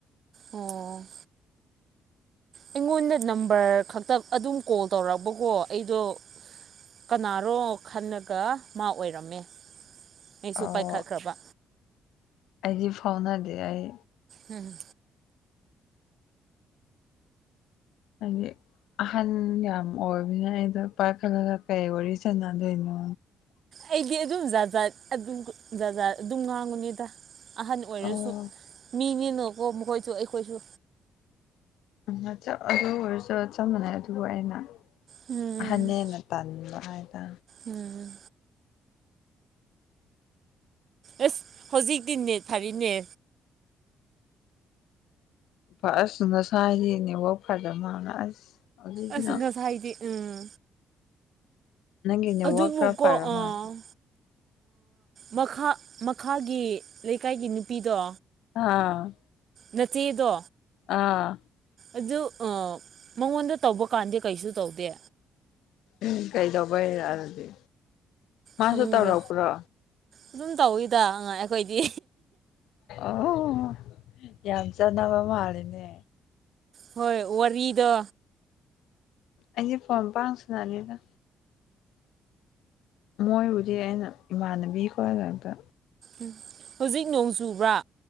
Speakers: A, on the right (about 55°); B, on the left (about 85°).
A: ꯑꯣ ꯑꯩꯉꯣꯟꯗ ꯅꯝꯕꯔ ꯈꯛꯇ ꯑꯗꯨꯝ ꯀꯣꯜ ꯇꯧꯔꯛꯕꯀꯣ ꯑꯩꯗꯣ ꯀꯅꯥꯅꯣ ꯈꯜꯂꯒ ꯃꯥ ꯑꯣꯏꯔꯝꯃꯦ ꯑꯩꯁꯨ
B: ꯑꯣ
A: ꯄꯥꯏꯈꯠꯈ꯭ꯔꯕ
B: ꯑꯩꯗꯤ ꯐꯥꯎꯅꯥꯗꯤ ꯑꯩ
A: ꯎꯝ
B: ꯍꯥꯏꯦ ꯑꯍꯟ ꯌꯥꯝ ꯑꯣꯏꯕꯅ ꯑꯩꯗ ꯄꯥꯏꯈꯠꯂꯒ ꯀꯩ ꯋꯥꯔꯤ ꯁꯥꯟꯅꯗꯣꯏꯅꯣ
A: ꯑꯩꯗꯤ ꯑꯗꯨꯝ ꯖꯥ ꯑꯗꯨꯝ ꯖꯥꯖꯥ ꯑꯗꯨꯝ ꯉꯥꯡꯉꯨꯅꯦꯗ ꯑꯍꯟ ꯑꯣꯏꯔꯁꯨ
B: ꯑꯣ
A: ꯃꯤꯅꯤꯅꯀꯣ ꯃꯈꯣꯏꯁꯨ ꯑꯩꯈꯣꯏꯁꯨ
B: ꯎ ꯑꯗꯨ ꯑꯣꯏꯔꯁꯨ ꯆꯞ ꯃꯥꯟꯅꯩ ꯑꯗꯨꯕꯨ ꯑꯩꯅ
A: ꯎꯝ
B: ꯑꯍꯟꯅ ꯍꯟꯅ ꯇꯟꯕ ꯐꯗ
A: ꯎꯝ ꯑꯁ ꯍꯧꯖꯤꯛꯇꯤꯅꯦ ꯊꯥꯔꯤꯅꯦ
B: ꯑꯁꯁꯨ ꯅꯁꯥꯁꯤꯅꯦꯋꯥꯛ ꯐꯖꯕ ꯃꯥꯅ ꯑꯁ ꯍꯧꯖꯤꯛꯅ
A: ꯑꯁ ꯉꯁꯥꯏꯗꯤ ꯎꯝ
B: ꯅꯪꯅꯦ
A: ꯑꯗꯨꯕꯨꯀꯣ
B: ꯋꯥ ꯀ꯭ꯔꯥꯐ ꯑꯔꯝ
A: ꯑꯥ
B: ꯃꯥꯗꯦ
A: ꯃꯈꯥ ꯃꯈꯥꯒꯤ ꯂꯩꯀꯥꯏꯒꯤ ꯅꯨꯄꯤꯗꯣ
B: ꯍꯥꯥ
A: ꯅꯠꯇꯤꯗ
B: ꯑꯥ
A: ꯑꯗꯨ ꯃꯉꯣꯟꯗ ꯇꯧꯕ ꯀꯥꯟꯗ ꯀꯩꯁꯨ ꯇꯧꯗꯦ
B: ꯎꯝ ꯀꯩꯗꯧꯕꯩꯔꯗꯤ ꯃꯥꯁꯨ
A: ꯈꯪꯗꯦ
B: ꯇꯧꯔꯛꯄ꯭ꯔꯣ
A: ꯑꯗꯨꯝ ꯇꯧꯋꯤꯗ ꯑꯩꯈꯣꯏꯗꯤ
B: ꯑꯣ ꯌꯥꯝꯆꯥ ꯅꯕ ꯃꯥꯂꯤꯅꯦ
A: ꯍꯣꯏ ꯋꯥꯔꯤꯔꯤꯗ
B: ꯑꯩꯁꯦ ꯐꯣꯟ ꯄꯥꯡ ꯁꯅꯅꯤꯗ ꯃꯣꯏꯕꯨꯗꯤ ꯑꯩꯅ ꯏꯃꯥꯟꯅꯕꯤ ꯈꯔꯒꯇ
A: ꯎ ꯍꯧꯖꯤꯛ ꯅꯣꯡ ꯆꯨꯕ꯭ꯔꯥ